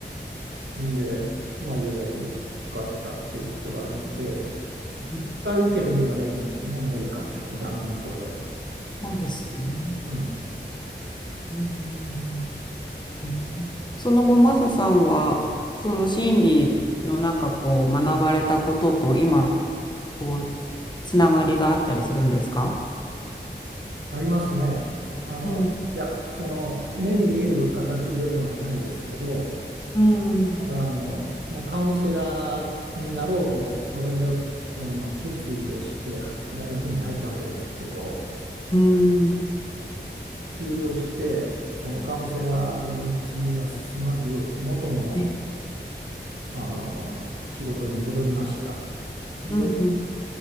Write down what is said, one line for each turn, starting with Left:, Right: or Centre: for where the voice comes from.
Right: んで、まあ、ようやく受かったっていうことがあるので、
Left: うん
Right: 一回受けてみられるのもいいかもしれない、ダメ元で。
Left: そうですね。
Right: うん、
Left: うん、うん、うん。えその後、マサさんは、その心理のなんかこう、学ばれたことと今、こう、つながりがあったりするんですか
Right: ありますね。あの、
Left: うん、
Right: いや、その目に見える形ではないですけど、
Left: うん、
Right: なんからあの、もうカウンセラーになろうと、私はそのまあ決意をしては大学院に入ったわけですけど、
Left: うん、
Right: 修了して、そのカウンセラーの道には進まず、元の、
Left: え、
Right: あの仕事に戻りました。で、
Left: うん、うん、